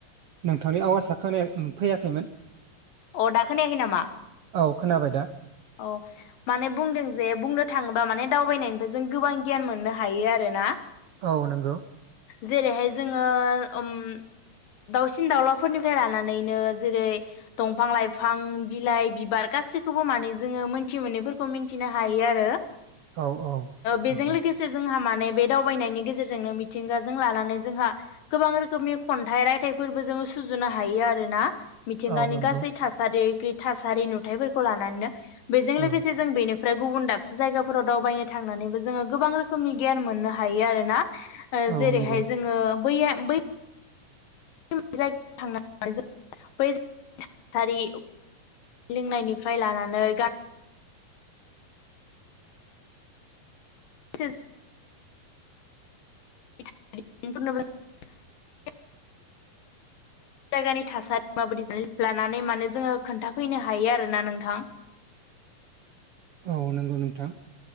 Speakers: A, on the right (about 80°); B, on the left (about 75°).
A: नोंथांनि आवाजआ खोनाया फैयाखैमोन।
B: अ दा खोनायाखै नामा?
A: औ खोनाबाय दा
B: औ माने बुंदों जे बुंनो थाङोबा माने दावबायनायनिफ्राय जों गोबां गियान मोननो हायो आरोना।
A: औ नंगौ।
B: जेरैहाय जोङो उम दाउसिन दाउलाफोरनिफ्राय लानानैनो जेरै दंफां-लाइफां बिलाइ बिबार गासैखौबो माने जोङो मोनथि मोनैफोरखौ मिथिनो हायो आरो।
A: औ औ
B: बेजों लोगोसे जोंहा माने बे दावबायनायनि गेजेरजोंनो मिथिंगाजों लानानै जोंहा गोबां रोखोमनि खन्थाइ रायथाइफोरबो जोङो सुजुनो हायो आरोना। मिथिंगानि
A: औ नंगौ
B: गासै थासारि थासारि नुथायाइफोरखौ लानानैनो बेजों
A: औ
B: लोगोसे जों बेनो ओमफ्राय गुबुन दाबसे जायगाफोराव दावबायनो थांनानैबो जोङो गोबां रोखोमनि गियान मोननो हायो आरोना।
A: औ
B: जेरैहाय
A: नंगौ
B: जोङो बैया बै <unintelligible> बै थासारि लोंनायनिफ्राय लानानै गा ज <inaudible> <unintelligible> जायगानि थासारि माबायदि लानानै माने जोङो खोन्थाफैनो हायो आरोना नोंथां।
A: औ नंगौ नोंथां